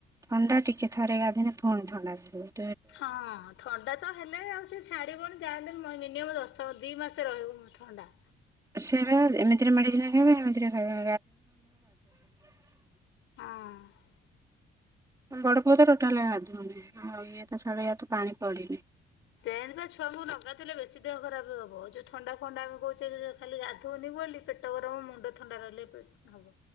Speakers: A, on the right (about 15°); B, on the left (about 90°).
A: ଥଣ୍ଡା ଟିକେ ଥରେ ଗାଧିନେ ପୁଣି ଥଣ୍ଡା ଥରିବ।
B: ହଁ ଥଣ୍ଡା ତ ହେଲେ ଆଉ ସେ ଛାଡିବନି ଯାହାହେଲେ ମିନିମମ୍ ଦଶ ଦି ମାସରେ ରହିବ ଥଣ୍ଡା
A: ସେବା ଏମିତିରେ ମେଡିସିନ ଖାଇବେ ଏମିତିରେ ଖାଇବ <inaudible>
B: ହଁ ।
A: ବଡପୁଅ ତ ଟୋଟାଲ ଗାଧୁନି ଆଉ ଇଏ ତ ଛାଡ଼ ୟ ତ ପାଣି ପଡ଼ିନି
B: ସେଣିବା ଛୁଆଙ୍କୁ ଲଗାଲେ ବେଶୀ ଦେହ ଖରାପ ହବ ଯୋଉ ଥଣ୍ଡା ଫଣ୍ଡା ଆମେ କହୁଛେ ଖାଲି ଗାଧଉନି ବୋଲି ପେଟ ଗରମ ମୁଣ୍ଡ ଥଣ୍ଡା ରହିଲେ ହବ।